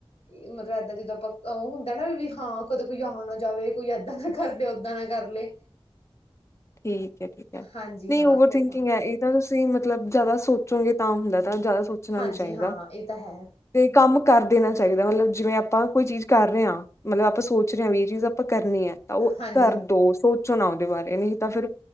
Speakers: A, on the left; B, on the left.
A: ਏ ਮਤਲਬ ਏਦਾਂ ਜਿੱਦਾਂ ਆਪਾਂ ਔਂ ਹੁੰਦੈ ਨਾ ਵੀ ਹਾਂ ਕਦੇ ਕੋਈ ਆ ਨਾ ਜਾਵੇ ਕੋਈ ਏਦਾਂ ਦਾ ਕਰਦੇ ਓਦਾਂ ਨਾ ਕਰ ਲਏ
B: ਠੀਕ ਹੈ-ਠੀਕ ਹੈ,
A: ਹਾਂਜੀ
B: ਨਹੀਂ
A: ਹਾਂ
B: ਓਵਰ
A: ਫਿਰ
B: ਥਿੰਕਿੰਗ
A: ਤਾਂ
B: ਹੈ, ਇਹ। ਜਦ ਤੁਸੀਂ, ਮਤਲਬ, ਜਾਦਾ ਸੋਚੋਗੇ ਤਾਂ ਹੁੰਦਾ ਤਾਂ ਜਾਦਾ ਸੋਚਨਾ
A: ਹਾਂਜੀ
B: ਨੀ ਚਾਹੀਦਾ।
A: ਹਾਂ ਇਹ ਤਾਂ ਹੈ
B: ਤੇ ਕੰਮ ਕਰ ਦੇਨਾ ਚਾਹੀਦਾ, ਮਤਲਬ ਜਿਵੇਂ ਆਪਾਂ ਕੋਈ ਚੀਜ ਕਰ ਰਹੇ ਹਾਂ ਮਤਲਬ ਆਪਾਂ ਸੋਚ ਰਹੇ ਹਾਂ ਵੀ ਏਹ ਚੀਜ਼ ਆਪਾਂ ਕਰਨੀ ਹੈ ਤਾਂ ਉਹ
A: ਹਾਂਜੀ
B: ਕਰ ਦੋ, ਸੋਚੋ ਨਾ ਉਹਦੇ ਬਾਰੇ। ਨਹੀਂ? ਤਾਂ ਫਿਰ